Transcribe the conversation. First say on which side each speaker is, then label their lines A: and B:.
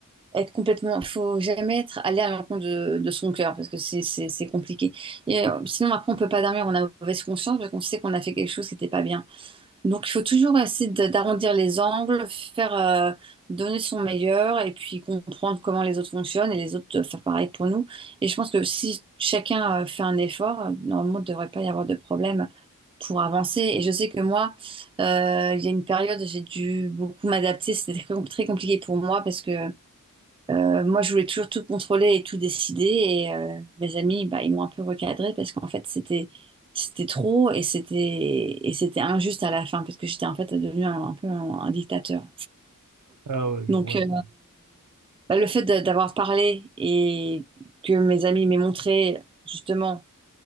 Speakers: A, on the right (about 15°); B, on the right (about 65°).
A: être complètement, il faut jamais être aller à l'encontre de, de son cœur, parce que c'est c'est- c'est compliqué. Et euh, sinon, après, on peut pas dormir, on a mauvaise conscience, parce qu'on sait qu'on a fait quelque chose qui n'était pas bien. Donc, il faut toujours essayer de- d'arrondir les angles, faire euh, donner son meilleur et puis comprendre comment les autres fonctionnent et les autres euh, faire pareil pour nous. Et je pense que si chacun euh, fait un effort, euh, normalement, il ne devrait pas y avoir de problème pour avancer. Et je sais que moi, euh, il y a une période, j'ai dû beaucoup m'adapter. <laughs> C'était très com- très compliqué pour moi parce que euh, moi, je voulais toujours tout contrôler et tout décider. Et euh, mes amis, bah, ils m'ont un peu recadré parce qu'en fait, c'était c'était trop et c'était et c'était injuste à la fin parce que j'étais en fait devenue un, un peu un, un dictateur.
B: Ah ouais, je
A: Donc,
B: vois
A: euh,
B: un peu.
A: bah, le fait de- d'avoir parlé et que mes amis m'aient montré justement